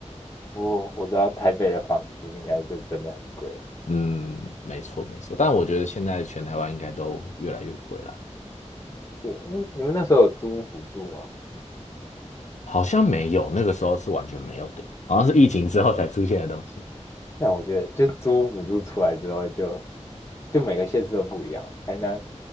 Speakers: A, on the left; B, on the left.
A: 我我知道台北的房租应该就真的很贵。
B: 嗯，没错，没错。但我觉得现在全台湾应该都越来越贵了，
A: 对，嗯，你们那时候有租屋补助吗？
B: 好像没有，那个时候是完全没有的，好像是疫情之后才出现的东西。
A: 那我觉得就租屋补助出来之后就，就每个县市都不一样了台南，